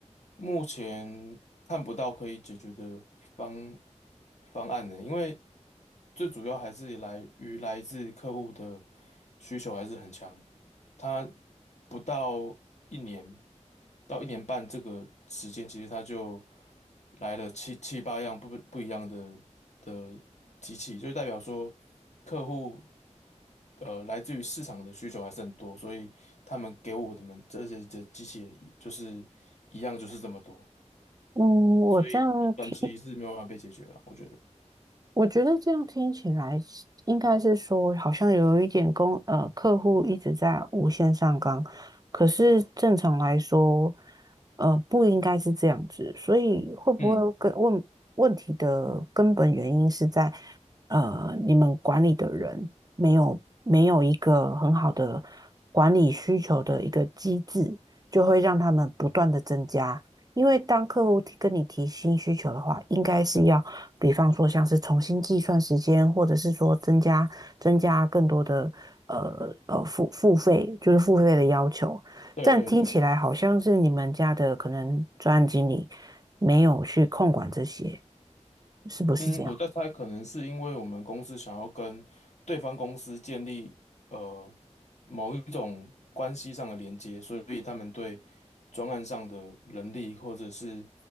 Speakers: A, on the left (about 65°); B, on the right (about 30°).
A: 目前看不到可以解决的方方案呢，因为最主要还是来于来自客户的需求还是很强。他不到一年到一年半这个时间，其实他就来了七七八样不不一样的的机器，就代表说客户呃来自于市场的需求还是很多，所以他们给我的们这些的机器也就是一样就是这么多，
B: 嗯，我这样听
A: 所以短期是没有办法被解决了，我觉得。
B: 我觉得这样听起来是应该是说，好像有一点公呃客户一直在无限上纲，可是正常来说，呃不应该是这样子，所以会不会跟问问题的根本原因是在
A: 嗯，
B: 呃你们管理的人没有没有一个很好的管理需求的一个机制，就会让他们不断的增加。因为当客户提跟你提新需求的话，应该是要比方说像是重新计算时间，或者是说增加增加更多的呃呃付付费，就是付费的要求。
A: 对对对。
B: 但听起来好像是你们家的可能专案经理没有去控管这些，是不是这样？
A: 嗯，我在猜，可能是因为我们公司想要跟对方公司建立呃某一种关系上的连接，所以他们对专案上的人力或者是